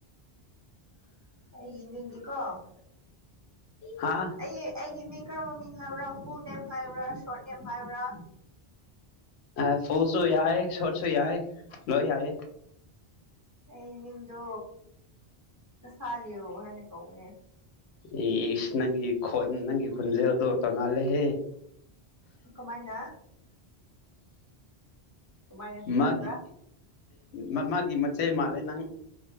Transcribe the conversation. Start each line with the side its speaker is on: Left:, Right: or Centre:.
Right: ꯑꯩ ꯏꯃꯤꯗꯤꯦꯀꯣ
Left: ꯍꯥ
Right: ꯑꯩ ꯑꯩꯒꯤ ꯃꯤ ꯃꯃꯤꯡ ꯍꯥꯏꯕ꯭ꯔꯥꯄꯨ ꯅꯦꯝ ꯍꯥꯏꯕ꯭ꯔꯥ ꯁꯣꯔꯤ ꯃꯍꯥꯏꯔꯥ
Left: ꯑ ꯐꯜꯁꯨꯏ ꯍꯥꯏꯌꯦ ꯁꯣꯔꯁꯣꯏ ꯌꯥ ꯂꯣꯏ ꯍꯥꯏꯌꯦ
Right: ꯑꯩ ꯃꯤꯡꯗꯣ ꯀꯁꯥꯂꯤꯌꯣ ꯍꯥꯏꯅ ꯀꯧꯕꯅꯦ
Left: ꯑꯦꯁ ꯅꯪ ꯈꯣꯟ ꯅꯪ ꯈꯣꯟꯟꯖꯦꯟꯗꯣ ꯇꯣꯉꯜꯂꯦꯍꯦ
Right: ꯀꯃꯥꯏꯅ ꯀꯃꯥꯏꯅ ꯇꯣꯉꯥꯟꯕ꯭ꯔꯥ
Left: ꯃꯥꯒꯤ ꯃ ꯃꯥꯒꯤ ꯃꯆꯦ ꯃꯥꯜꯂꯦ ꯅꯪ